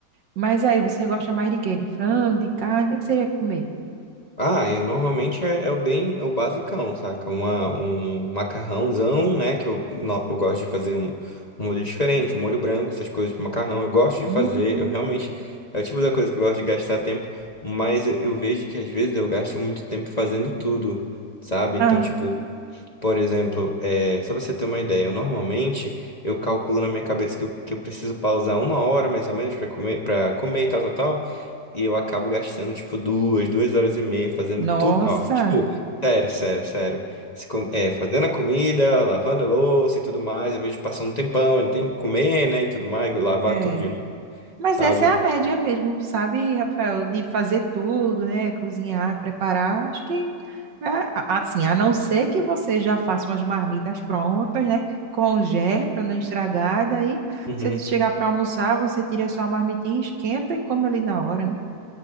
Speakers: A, on the right; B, on the left.
A: Mas aí você gosta mais de quê? De frango, de carne? O que é que você ia comer?
B: ah, eu normalmente é, é o bem, é o basicão, saca? Uma, um macarrãozão, né? Que eu, no- eu gosto de fazer um, um molho diferente, um molho branco, essas coisas pro macarrão. Eu gosto de
A: Hum.
B: fazer, eu realmente, é o tipo da coisa que eu gosto de gastar tempo, mas eu, eu vejo que às vezes eu gasto muito tempo fazendo tudo, sabe?
A: Ah,
B: Então, tipo, Por exemplo, é, só pra você ter uma ideia, eu normalmente eu calculo na minha cabeça que eu, que eu preciso pausar uma hora mais ou menos pra comer, para comer e tal, tal, tal, e eu acabo gastando tipo duas, duas horas e meia fazendo
A: nossa!
B: tudo, ó, tipo, sério, sério, sério, Se com- é, fazendo a comida, lavando a louça e tudo mais, eu vejo passando um tempão, ainda tem que comer, né, e tudo mais, lavar
A: É.
B: tudo de novo,
A: Mas
B: sabe?
A: essa é a média mesmo, sabe, Rafael? De fazer tudo, né? Cozinhar, preparar. Acho que, é, a- assim, a não ser que você já faça umas marmitas prontas, né? Congele para não estragar. e Daí,
B: Uhum.
A: você chegar para almoçar, você tira a sua marmitinha, esquenta e come ali na hora, né?